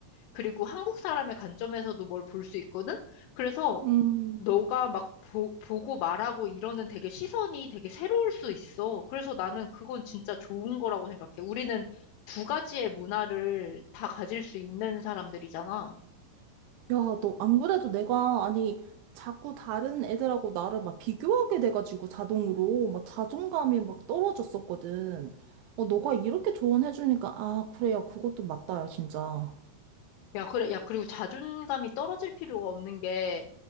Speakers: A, on the left; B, on the right.
A: 그리고 한국 사람의 관점에서도 뭘 볼 수 있거든? 그래서
B: 음.
A: 너가 막 보, 보고 말하고 이러는 되게 시선이 되게 새로울 수 있어. 그래서 나는 그건 진짜 좋은 거라고 생각해. 우리는 두 가지의 문화를 다 가질 수 있는 사람들이잖아.
B: 야, 너 안 그래도 내가, 아니, 자꾸 다른 애들하고 나를 막 비교하게 돼가지고 자동으로 막 자존감이 막 떨어졌었거든. 어, 너가 이렇게 조언해주니까, 아, 그래, 야, 그것도 맞다, 야, 진짜.
A: 야, 그래, 야, 그리고 자존감이 떨어질 필요가 없는 게